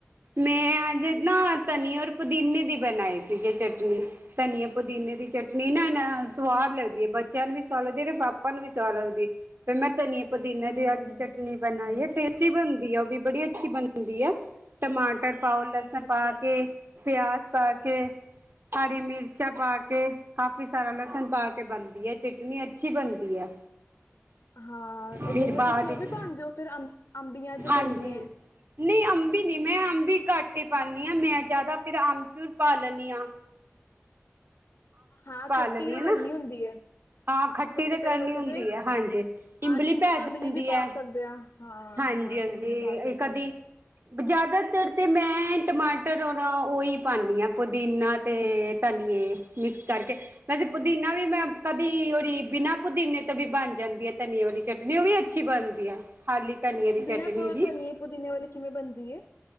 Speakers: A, on the right; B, on the left.
A: ਮੈਂ ਅਜੇ ਨਾ ਧਨੀ ਔਰ ਪੁਦੀਨੇ ਦੀ ਬਣਾਈ ਸੀ। ਜੇ ਚਟਨੀ ਧਨੀਆ, ਪੁਦੀਨੇ ਦੀ ਚੱਟਨੀ। ਨਹੀਂ ਨਾਨਾ
B: ਅੱਛਾ ਅੱਛਾ
A: ਸਵਾਦ ਲੱਗਦੀ ਹੈ। ਬੱਚਿਆਂ ਨੂੰ ਵੀ ਸਵਾਦ ਲੱਗਦੀ ਹੈ ਪਾਪਾ ਨੂੰ ਵੀ ਸਵਾਦ ਲੱਗਦੀ ਹੈ। ਫਿਰ ਮੈਂ ਧਨੀ ਪੁਦੀਨਾੇ
B: ਹਮ
A: ਦੀ ਅੱਜ ਚਟਨੀ ਬਣਾਈ ਹੈ। ਟੇਸਟੀ ਬਣਦੀ ਆ ਉਹ ਵੀ ਬੜੀ ਅੱਛੀ ਬਣਦੀ ਆ। ਟਮਾਟਰ ਪਾਓ ਲਸਣ
B: ਅੱਛਾ
A: ਪਾ
B: ਅੱਛਾ
A: ਕੇ। ਪਿਆਜ਼ ਪਾ ਕੇ। ਹਰੀ ਮਿਰਚਾਂ ਪਾ ਕੇ। ਕਾਫ਼ੀ ਸਾਰਾ ਲਸਣ ਪਾ ਕੇ ਬਣਦੀ ਹੈ। ਚਟਨੀ ਅੱਛੀ ਬਣਦੀ ਹੈ।
B: ਹਾਂ ਉਹਦੇ
A: ਫਿਰ
B: ਨਾਲ
A: ਬਾਅਦ
B: ਤੁਸੀਂ ਉਹ
A: ਵਿੱਚ
B: ਵੀ ਪਾਦੇ ਹੋ। ਫਿਰ ਅੰ ਅੰਬੀਆਂ ਚ
A: ਹਾਂਜੀ
B: ਪੈਂਦੀਆਂ।
A: ਨਹੀਂ ਅੰਬੀ ਨਹੀਂ, ਮੈਂ ਅੰਬੀ ਕੱਟ ਕੇ ਹੀ ਪਾਉਦੀ ਹਾਂ। ਮੈਂ ਜ਼ਿਆਦਾ ਫਿਰ ਅੰਮਚੂਰ ਪਾ ਲੈਂਦੀ ਹਾਂ।
B: ਹਾਂ ਖੱਟੀ
A: ਲੈਨੀ
B: ਤੇ
A: ਆ ਨਾ
B: ਕਰਨੀ ਹੁੰਦੀ ਹੈ।
A: ਹਾਂ ਖੱਟੀ ਤੇ
B: ਕਰਨ
A: ਕਰਨੀ
B: ਵਾਸਤੇ
A: ਹੁੰਦੀ
B: ਤੇ
A: ਹੈ ਹਾਂਜੀ
B: ਹਾਂ
A: ਇਮਲੀ
B: ਇਮ
A: ਪੈ
B: ਇਮਲੀ
A: ਜਾਂਦੀ
B: ਵੀ ਪਾ
A: ਹੈ।
B: ਸਕਦੇ ਹਾਂ ਹਾਂ
A: ਹਾਂਜੀ
B: ਹਾਂ
A: ਹਾਂਜੀ
B: ਇਮਲੀ
A: ਇਹ
B: ਪਾ ਸਕਦੇ
A: ਕਦੀ।
B: ਹਾਂ
A: ਜ਼ਿਆਦਾਤਰ ਤੇ ਮੈਂ ਟਮਾਟਰ ਔਰ ਉਹੀ ਪਾਉਦੀ ਹਾਂ ਪੁਦੀਨਾ ਤੇ ਧਨੀਏ। ਮਿਕਸ ਕਰਕੇ ਵੈਸੇ ਪੁਦੀਨਾ ਵੀ ਮੈਂ ਕਦੀ ਉਹਰੀ ਬਿਨਾਂ। ਪੁਦੀਨੇ ਤੋਂ ਵੀ ਬਣ ਜਾਂਦੀ ਹੈ ਧਨੀਏ ਵਾਲੀ ਚਟਨੀ ਉਹ ਵੀ ਅੱਛੀ ਬਣਦੀ ਆ। ਖਾਲੀ ਧਨੀਏ ਦੀ
B: ਬਿਨਾਂ
A: ਚਟਨੀ
B: ਪੁ
A: ਵੀ
B: ਧਨੀਏ ਪੁਦੀਨੇ ਵਾਲੀ ਕਿਵੇਂ ਬਣਦੀ ਹੈ?